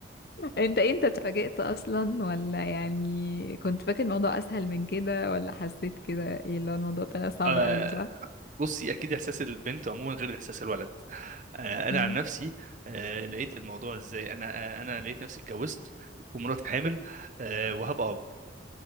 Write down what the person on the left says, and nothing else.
انت إيه، انت اتفاجئت اصلا ولا يعني كنت فاكر الموضوع اسهل من كده ولا حسيت كده ايه اللي هو الموضوع طلع صعب
قوي صح
مم.